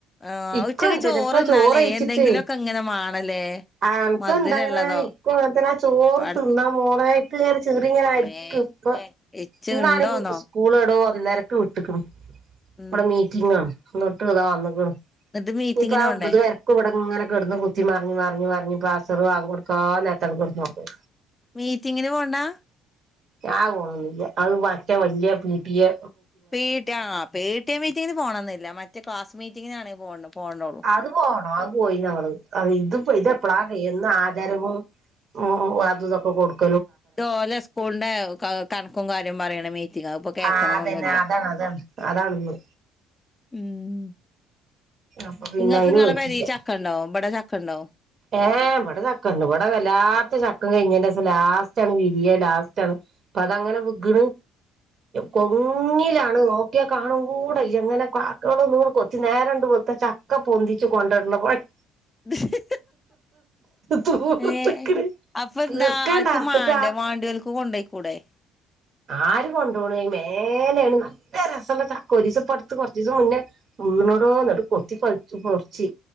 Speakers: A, on the left; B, on the right.
A: ആ
B: ഇക്കൊ
A: ഉച്ചക്ക്
B: അങ്ങൻത്തന്നെ
A: ചോറ്
B: ഇപ്പൊ
A: തിന്നാലേ
B: ചോറയിച്ചിട്ട്
A: എന്തെങ്കിലുമൊക്കെ ഇങ്ങനെ വേണല്ലേ
B: ആ ൻക്കും
A: മധുരമുള്ളതോ
B: എന്താങ്ങന ആ ഇക്കു അങ്ങൻതന്നെ ആ ചോറ്
A: പട
B: തിന്നാ മോളേ ഇക്കിങ്ങനെ ചിറി ഇങ്ങനരിക്കും
A: മ്മേ
B: ഇപ്പൊ
A: എച്ച്
B: ഇന്നാണെങ്കി
A: ഉണ്ടോന്നോ
B: സ്കൂൾ എടോ ഒന്നരക്ക് വിട്ട്ക്ണ്.
A: ഉം
B: ഇവിടെ മീറ്റിങ്ങാണ് എന്നട്ടതാ വന്ന്ക്ക്ണ്
A: എന്നിട്ട് മീറ്റിങ്ങിന്
B: ഇപ്പൊ അമ്പത്
A: പോണ്ടേ
B: പരക്ക് ഇവിടങ്ങനെ കെടന്ന് കുത്തി മറിഞ് മറിഞ്ഞ് മറിഞ്ഞ് ഇപ്പൊ അസർ ബാങ്കൊട് കാ നേരത്തട്ട് കിടനോറങ്ങാ
A: മീറ്റിങ്ങിന് പോണ്ട
B: ഞാൻ പോണോന്നുല്യാ അത് മറ്റേ വലിയ പപിടിയെ
A: പി ടിഎ ആ പിടിയെ മീറ്റിങ്ങിന് പോണൊന്നില്ല മറ്റേ ക്ലാസ് മീറ്റിങ്ങിനാണെങ്കിൽ പോണോള്ളു
B: അത് പോണം അത് പോയി ന അ ഇത് ഇതപ്പള എന്ന ആദരവും ഉം ഉം അത് ഇതൊക്കെ കൊടുക്കും
A: ഇതോലെ സ്കൂളിന്റെ കണക്കും കാര്യം പറയണ മീ മീറ്റിങ്ങ് ഇപ്പൊ കേക്കണംന്നൊന്നുല്ല
B: ആ അതന്നെ അതാണ് അതാണ് അതാണിന്ന്
A: ഉം
B: അപ്പൊ പിന്നെ
A: നിങ്ങൾക്ക്
B: അയിന്
A: ഇങ്ങളെ
B: പോയിട്ടില്ല
A: പെരി ചക്കണ്ടോ ഇവടെ ചക്ക ണ്ട
B: ഏ ഇവിടെ ചക്കണ്ട് ഇവിടെ വല്ലാത്ത ചക്ക കഴിഞ്ഞന്റെസം ലാസ്റ്റ് ആണ് വിരിയ ലാസ്റ്റ് ആണ് അപ്പൊ അതങ്ങനെ വിഗ്ഗ്ന് കൊങ്ങിലാണ് നോക്കിയാ കാണും കൂടല്ലേ ങ്ങനെ കാക്കകളൊന്നൂ കൊത്തി നേരണ്ട് പോത്ത ചക്ക പൊന്തിച്ചു കൊണ്ടരണ പണി
A: ഹി ഹി
B: തീർത്തക്കണ്
A: ഹി ഏ അപ്പൊ എന്താ
B: തീർക്കാൻ
A: ആർക്കും
B: ടാർത്തിട്ട്
A: മാണ്ടേ
B: ആ
A: മണ്ട്യോൾക്ക് കൊണ്ടോയിക്കൂടെ ഏ
B: ആര് കൊണ്ടോണ് മേലേന്ന് നല്ല റസല്ല ചക്ക ഒരേസം പ്പം അടത് കോർചീസം മുന്നേ പൊ <unintelligible> ത്ത് കൊത്തി പറിച്ച് മുറിച്ച്